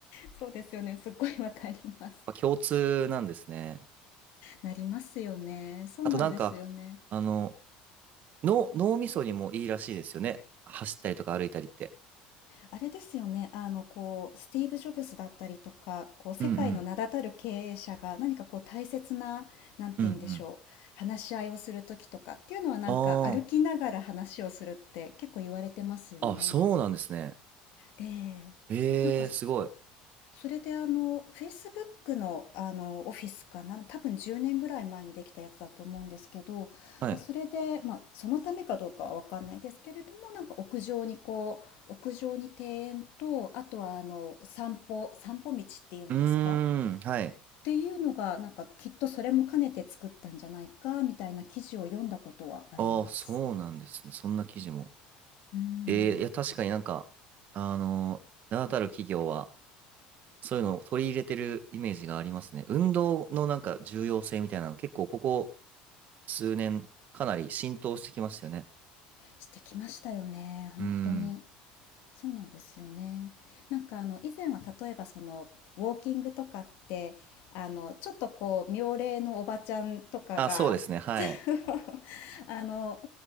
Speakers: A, on the left; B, on the right.
A: そうですよね。すっごいわかります。
B: あ共通なんですね。
A: なりますよね。そうなんですよね。
B: あとなんか、あの、脳、脳みそにもいいらしいですよね。走ったりとか歩いたりって。
A: あれですよね。あの、こう、スティーブ・ジョブズだったりとか、こう、世界の名だたる経営者が何かこう、
B: うんうん。
A: 大切な、なんて言うんでしょう。
B: うんうん。
A: 話し合いをするときとかっていうのは、なんか歩きながら話をするって結構言われてますよね。
B: ああ。あ、そうなんですね。
A: ええ。
B: ええ、
A: なんか、
B: すごい。
A: それであの、Facebook の、あの、オフィスかな、多分10年ぐらい前にできたやつだと思うんですけど、
B: はい。
A: まあ、それで、まあ、そのためかどうかは分かんないですけれども、なんか屋上にこう、屋上に庭園と、あとはあの、散歩、散歩道っていうんですかっ
B: うーん、はい。
A: ていうのが、なんかきっとそれも兼ねて作ったんじゃないか、みたいな記事を読んだことはあります。
B: ああ、そうなんですね。そんな記事も。
A: うん、
B: ええ、いや、確かになんか、あのー名だたる企業は、そういうのを取り入れてるイメージがありますね。運動のなんか重要性みたいなの、結構ここ数年、かなり浸透してきましたよね。
A: してきましたよね、本当に。
B: うーん。
A: そうなんですよね。なんかあの以前は例えばそのウォーキングとかってあのちょっとこう妙齢のおばちゃんとかが
B: あ、そうですね。はい。
A: <laughs> あの